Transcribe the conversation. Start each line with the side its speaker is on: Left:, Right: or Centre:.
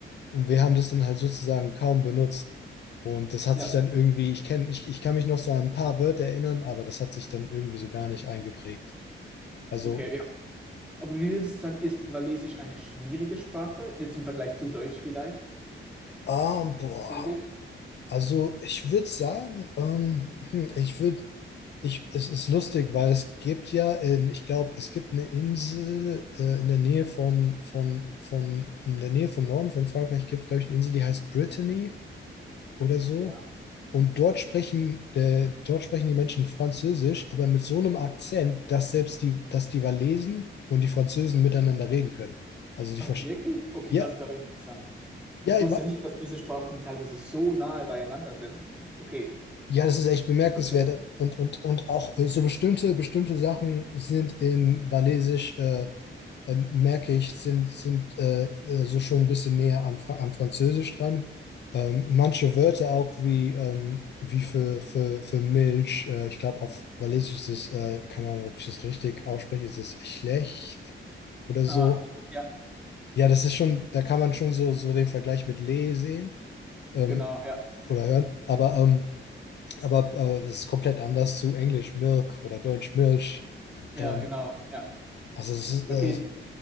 Left: Und wir haben das dann halt sozusagen kaum benutzt. Und das hat
Centre: ja,
Left: sich dann irgendwie, ich kenne, ich, ich kann mich noch so an ein paar Wörter erinnern, aber das hat sich dann irgendwie so gar nicht eingeprägt. Also,
Centre: okay. Aber wie würdest du sagen, ist Walisisch eine schwierige Sprache? Jetzt im Vergleich zu Deutsch vielleicht?
Left: ah, boah,
Centre: Französisch?
Left: also ich würde sagen, ähm, hm, ich würde Ich, es ist lustig, weil es gibt ja, in, ich glaube, es gibt eine Insel äh, in der Nähe von, von, von, in der Nähe vom Norden von Frankreich gibt es, glaube ich, eine Insel, die heißt Brittany oder so.
Centre: Ja.
Left: Und dort sprechen, äh, dort sprechen die Menschen Französisch, aber mit so einem Akzent, dass selbst die, dass die Walesen und die Französen miteinander reden können. Also die
Centre: Ah,
Left: verstehen.
Centre: wirklich? Okay,
Left: Ja,
Centre: das ist aber interessant.
Left: ja,
Centre: Ich
Left: ich
Centre: wusste
Left: wa-
Centre: nicht, dass diese Sprachen teilweise so nahe beieinander sind. Okay.
Left: ja, das ist echt bemerkenswert.
Centre: Lustig.
Left: Und, und, und auch äh, so bestimmte, bestimmte Sachen sind in Walisisch. Äh, ähm, merke ich, sind, sind äh, äh, so schon ein bisschen näher an, Fra an Französisch dran. Ähm, manche Wörter auch wie, ähm, wie für, für, für Milch, äh, ich glaube auf Walisisch ist es, äh, keine Ahnung, ob ich das richtig ausspreche, ist es schlecht oder
Centre: Ah,
Left: so.
Centre: ja.
Left: Ja, das ist schon, da kann man schon so, so den Vergleich mit Le sehen ähm,
Centre: Genau, ja.
Left: oder hören, aber, ähm, aber, aber es ist komplett anders zu Englisch Milk oder Deutsch Milch.
Centre: Ja,
Left: Ähm,
Centre: genau, ja.
Left: also es ist
Centre: Okay,
Left: äh,